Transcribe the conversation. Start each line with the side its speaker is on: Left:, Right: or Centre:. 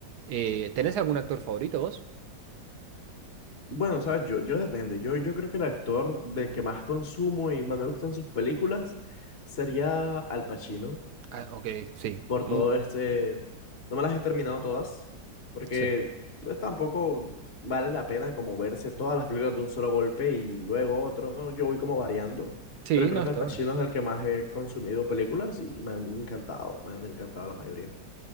Right: Eh, ¿tenés algún actor favorito vos?
Left: bueno, sabes, yo, yo depende. Yo, yo creo que el actor del que más consumo y más me gustan sus películas sería Al Pacino,
Right: Ah, ok, sí.
Left: por
Right: Mu-
Left: todo este... No me las he terminado todas, porque
Right: sí.
Left: pues, tampoco vale la pena como verse todas las películas de un solo golpe y luego otro, ¿no? Yo voy como variando,
Right: Sí,
Left: pero
Right: no,
Left: creo que
Right: está
Left: Al Pacino
Right: bueno.
Left: es el que más he consumido películas y me han encantado, me han encantado la mayoría.